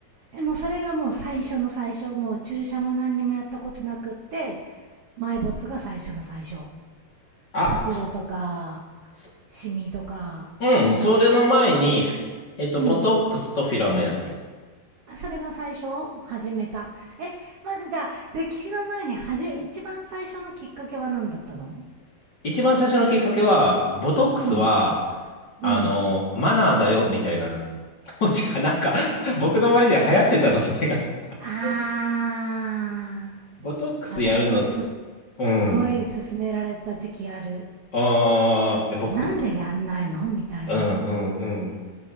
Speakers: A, on the right; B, on the left.
A: えもうそれがもう最初の最初もう注射も何にもやったことなくって埋没が最初の最初
B: あ、
A: ほくろとか
B: すす
A: シミとか
B: うん、それの前に、フィえっと、
A: うん
B: ボトックスとフィラーもやってる。
A: それが最初始めたえまずじゃあ歴史の前にはじ一番最初のきっかけは何だったの
B: 一番最初のきっかけは、ボトックスは、
A: うんうん
B: あの、マナーだよ、みたいな。<laughs> 当時はなんか、僕の周りで流行ってたの、それが。
A: あー
B: <laughs> ボトックスやるのつ、
A: 私もすっ
B: うん。
A: ごい勧められた時期ある
B: ああ、え、僕、
A: なんでやんないのみたいな
B: うんうんうん。